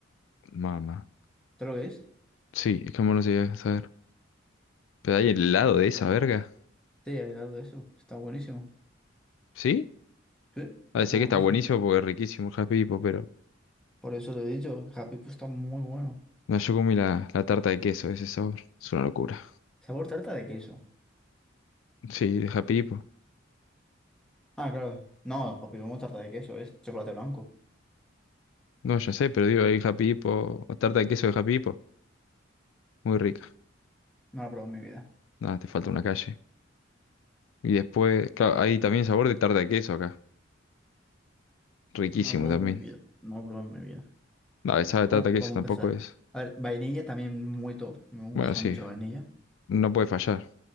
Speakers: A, on the left; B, in the centre.
A: Mamá.
B: ¿Te lo ves?
A: Sí, es que no se llega a saber. Pero hay helado de esa verga.
B: Este ya era eso. Está buenísimo.
A: ¿Sí?
B: Sí,
A: A
B: está
A: ver, sé
B: buenísimo.
A: que está buenísimo porque es riquísimo el Happy Hippo, pero.
B: Por eso lo he dicho. el Happy Puff está muy bueno.
A: No, yo comí la, la tarta de queso, ese sabor. Es una locura.
B: Sabor tarta de queso.
A: Sí, de Happy Hippo.
B: Ah, claro. No, el Happy Puff no es tarta de queso. Es chocolate blanco.
A: No, ya sé, pero digo, hay Happy Hippo. o Tarta de queso de Happy Hippo. Muy rica.
B: No lo he probado en mi vida.
A: Nada, te falta una calle. Y después, claro, hay también sabor de tarta de queso acá. Riquísimo
B: No lo he probado
A: también.
B: en mi vida. No lo he probado en mi vida.
A: La besada de tarta
B: Vamos,
A: de queso
B: vamos
A: tampoco
B: a empezar.
A: es.
B: A ver, vainilla también muy top. Me
A: Bueno,
B: gusta
A: sí,
B: mucho la vainilla.
A: no puede fallar.